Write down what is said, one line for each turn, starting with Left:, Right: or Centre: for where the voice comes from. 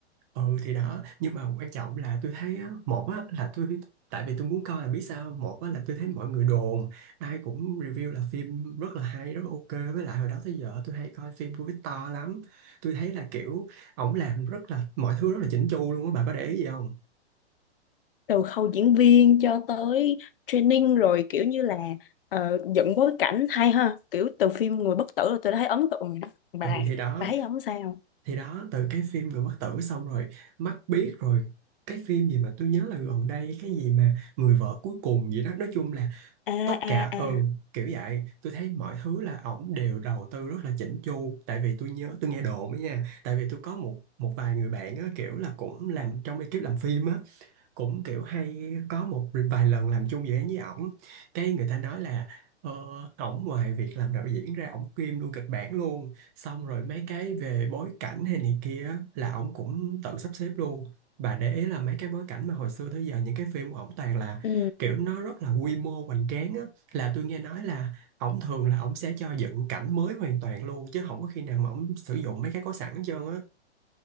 Right: ừ thì đó nhưng mà quan trọng là tôi thấy á, một á là tôi tại vì tôi muốn coi là biết sao một á là tôi thấy mọi người đồn ai cũng review là phim rất là hay rất là ok với lại hồi đó tới giờ tôi hay coi phim của Victor lắm tôi thấy là kiểu ổng làm rất là mọi thứ rất là chỉnh chu luôn á bà có để ý gì không
Left: Từ khâu diễn viên cho tới training rồi kiểu như là ờ, dựng bối cảnh hay ha. Kiểu từ phim Người Bất Tử là tôi đã thấy ấn tượng rồi đó. Bà,
Right: ừ thì đó
Left: bà thấy không sao?
Right: thì đó từ cái phim người bất tử xong rồi mắt biết rồi cái phim gì mà tôi nhớ là gần đây cái gì mà người vợ cuối cùng gì đó nói chung là
Left: À
Right: tất cả
Left: à à.
Right: ừ kiểu vậy tôi thấy mọi thứ là ổng đều đầu tư rất là chỉnh chu tại vì tôi nhớ tôi nghe đồn ấy nha tại vì tôi có một một vài người bạn á kiểu là cũng làm trong ekip làm phim á cũng kiểu hay có một vài lần làm chung dự án với ổng cái người ta nói là ờ, ổng ngoài việc làm đạo diễn ra ổng kiêm luôn kịch bản luôn xong rồi mấy cái về bối cảnh hay này kia á, là ổng cũng tự sắp xếp luôn bà để ý là mấy cái bối cảnh mà hồi xưa tới giờ những cái phim của ổng toàn là
Left: Ừ.
Right: kiểu nó rất là quy mô hoành tráng á là tôi nghe nói là ổng thường là ổng sẽ cho dựng cảnh mới hoàn toàn luôn chứ không có khi nào mà ổng sử dụng mấy cái có sẵn hết trơn á